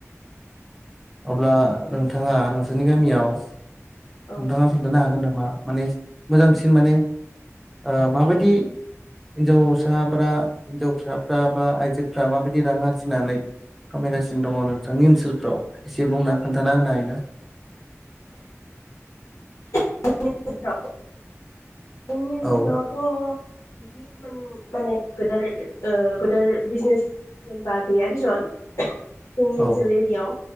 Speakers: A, in the centre; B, on the left.
A: अब्ला नोंथाङा नोंसोरनि गामियाव नोंथाङा
B: औ
A: खोन्थानो हागोन नामा? मानेस मोजांसिन माने ओ माबायदि हिन्जावसाफ्रा हिन्जावसाफ्रा बा आइजोफ्रा माबायदि रां आरजिनानै खामायगासिनो दङ नोंथांनि ओनसोलफ्राव? एसे बुंना खोन्थाना होनो हायोना?
B: जोंनि ओनसोलाव <unintelligible> जोंनि ओनसोलफोरावथ'
A: औ
B: बिदि एमान माने गोदोर ओ गोदोर बिजनेस जेनेबा गैया देसन जोंनि
A: औ
B: ओनसोल एरियाव।